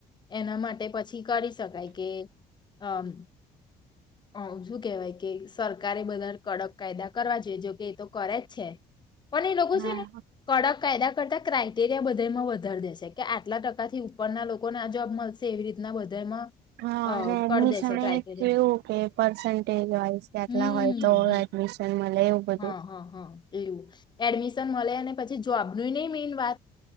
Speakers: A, on the left; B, on the right.
A: એના માટે પછી કરી શકાય કે આમ હ શું કેહેવાય કે સરકારે બધા કડક કાયદા કરવા જોઈએ જોકે એ તો કરે જ છે પણ એ લોકો
B: હા
A: છે ને કડક કાયદા કરતા ક્રાઈટેરિયા બધામાં વધારી દેશે કે આટલા ટકાથી ઉપરના લોકોને આ જોબ મળશે એવી રીતના બધામાં
B: હા
A: અ,
B: અને એમની
A: કરી દેશે
B: સામે
A: ક્રાઇટેરિયા
B: એ કેવું કે પર્સન્ટેજ વાઇસ કે આટલા
A: હમ
B: હોય તો
A: હમ
B: એડમિશન મળે એવું બધું.
A: હા હા હા લું એડમિશન મળે અને પછી જોબ જોઈ નઈ મેન વાત